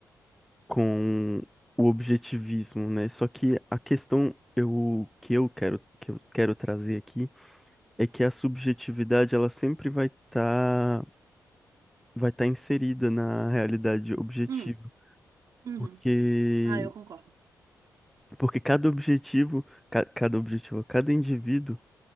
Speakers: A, in the centre; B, on the right (about 60°).
A: com o objetivismo, né? Só que a questão eu, que eu quero que eu quero trazer aqui é que a subjetividade ela sempre vai estar vai estar inserida na realidade objetiva,
B: Hum, uhum.
A: porque
B: Ah, eu concordo.
A: porque cada objetivo, ca- cada objetivo, cada indivíduo